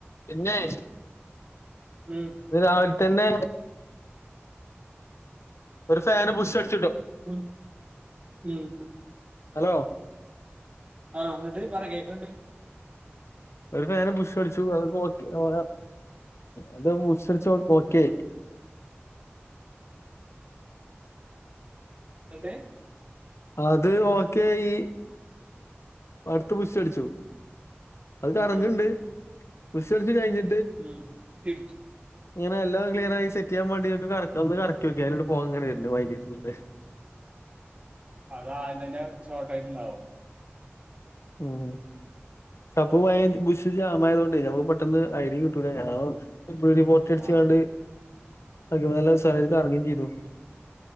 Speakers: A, on the left; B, on the right.
A: പിന്നെയ്
B: ഉം
A: ഇന്ന് രാവിൽ തന്നെ ഒരു ഫാന് ബുഷടിച്ച്
B: <unintelligible> ഉം ഉം
A: ഓഹ്
B: ആഹ് ഇന്നെട്ട് പറ കേക്ക്‌ ണ്ട്
A: ഒരു ഫേന് ബുഷട്ച്ചു അത് നോക്കി ഓ <unintelligible> പുഷടിച്ചു ഓക്കെ ഏയി
B: അതെ
A: അത് ഓക്കെ ഈ അടുത്ത് ബുഷടിച്ചു അത് കറങ്ങ്ണ്ട്
B: ഉം
A: പുഷടിച്ച് കഴിഞ്ഞി
B: ഉം തിര്ച്ച്
A: ഇങ്ങനെ എല്ലാം ക്ലിയർ ആയി സെറ്റെ യ്യാൻ മാണ്ടി എക്കെ കറക് ഒന്ന് കറക്കി നോക്കി അയ്ല്ണ്ട്‌ പോഹങ്ങനെ വർന് വ <unintelligible>
B: അതാദ്യം തന്നെ ഷോർട്ടായിട്ട് ഇണ്ടാവും
A: ഉം സ്ഥപ്പ് പയേ ബുഷ് ജാമായതോണ്ടേ <unintelligible> പെട്ടെന്ന് ഐഡിം കിട്ടൂല ഞാൻ <unintelligible>
B: ആ
A: സാറായിട്ട് കറങ്ങീ ചെയ്തു